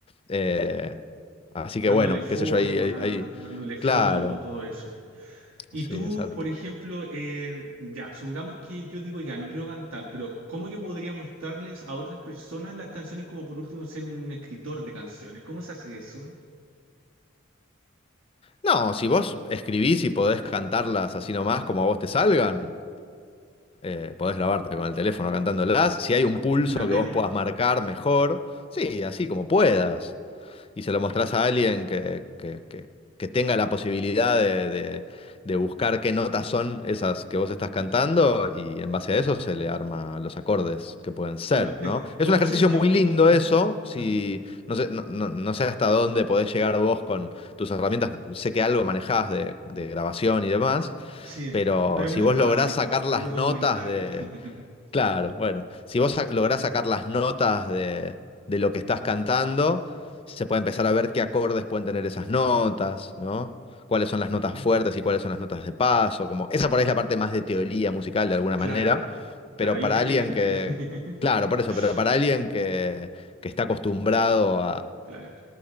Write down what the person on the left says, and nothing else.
eh, así que
bueno,
qué sé yo, ahí, ahí, ahí-
claro,
sí,
exacto.
No, si vos escribís y podés cantarlas así nomás como a vos te salgan, Eh, podés grabarte con el teléfono cantándolas. Si hay un pulso
que
vos puedas marcar mejor, sí, así como puedas. Y se lo mostrás a alguien que, que- que- que tenga la posibilidad de, de- de buscar qué notas son esas que vos estás cantando y en base a eso se le arma los acordes que pueden ser,
¿no? Es un ejercicio
muy lindo
eso, si
no sé, no, no- no sé hasta dónde podés llegar vos con tus herramientas, sé que algo manejás de de grabación y demás,
pero
si
vos
lográs sacar las
notas de,
Claro, bueno, si vos sa- lográs sacar las notas de, de lo que estás cantando, se puede empezar a ver qué acordes pueden tener esas notas, ¿no? Cuáles son las
notas fuertes y cuáles son las notas de paso, como esa por ahí es la parte más de teoría musical de alguna
manera,
pero para
alguien
que,
claro, por eso, pero para alguien que, que está acostumbrado